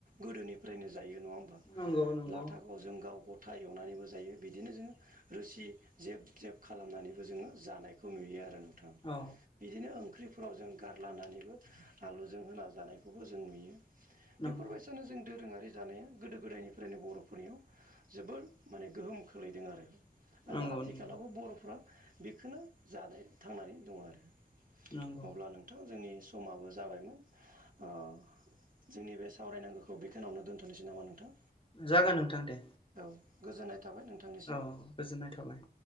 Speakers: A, on the right; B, on the left.
A: गोदोनिफ्रायनो जायो नङा होमबा लाथाखौ
B: नंगौ नंगौ
A: जों गाव गथा एवनानैबो जायो बिदिनो जों रोसि जेब जेब खालामनानैबो जोङो जानायखौ नुयो आरो नोंथां।
B: औ
A: बिदिनो ओंख्रिफोराव जों गारलानानैबो आलुजों होना जानायखौबो जों नुयो। बेफोरबायदिसानो
B: नंगौ
A: जों दोरोङारि जानाया गोदो गोदायनिफ्रायनो बर'फोरनियाव जोबोर माने गोहोम खोलैदों आरो आरो
B: नंगौ
A: आथिखालावबो
B: नंगौ
A: बर'फ्रा बेखौनो जानाय थांनानै दङ आरो
B: नंगौ
A: अब्ला नोंथां जोंनि समाबो जाबायमोन ओ जोंनि बे सावरायनांगौखौ बेखौनावनो दोनथ'नोसै नामा नोंथां?
B: जागोन नोंथां दे।
A: औ गोजोननाय थाबाय नोंथांनिसिम।
B: औ गोजोननाय थाबाय।